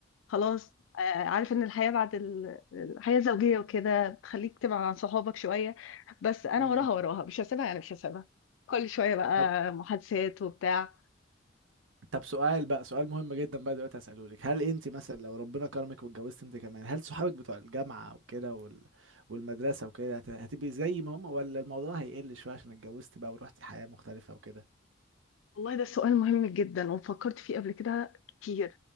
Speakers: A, on the left; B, on the right.
A: خلاص آه، عارف ان الحياة بعد ال- الحياة الزوجية وكده بتخليك تبعد عن صحابك شوية بس انا
B: امم
A: وراها وراها مش هسيبها يعني مش هسيبها كل شوية بقى
B: طب
A: محادثات وبتاع
B: طب سؤال بقى سؤال مهم جدا بقى دلوقتي هسأله لك هل انت مثلا لو ربنا كرمك واتجوزت انت كمان هل صحابك بتوع الجامعه وكده وال... والمدرسه وكده هت... هتبقي زي ما هم ولا الموضوع هيقل شويه عشان اتجوزت بقى ورحتي حياه مختلفه وكده
A: والله ده سؤال مهم جدا وفكرت فيه قبل كده كتير